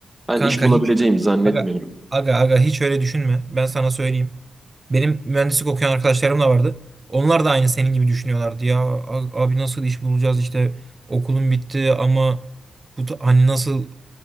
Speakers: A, on the right; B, on the right.
A: Ben
B: Kanka
A: iş bulabileceğimi
B: hiç
A: zannetmiyorum.
B: aga, aga aga hiç öyle düşünme. Ben sana söyleyeyim. Benim mühendislik okuyan arkadaşlarım da vardı. Onlar da aynı senin gibi düşünüyorlardı. Ya a- abi nasıl iş bulacağız işte okulum bitti ama bu ta- hani nasıl